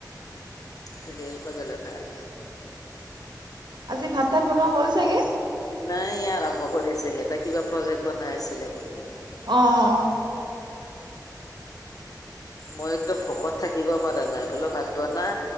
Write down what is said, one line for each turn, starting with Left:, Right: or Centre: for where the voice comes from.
Left: চিৰিয়েলকৈ গলে ভাল।
Right: আজি ভাত- তাত বনোৱা হ'ল চাগে।
Left: নাই ই আৰম্ভ কৰিছে, সেটা কিবা প্ৰজেক্ট বনাই আছিলে মন্দিৰত।
Right: অ- অ।
Left: মই একদম ভোকত থাকিব পাৰা নাই, বোলো ভাত বনা।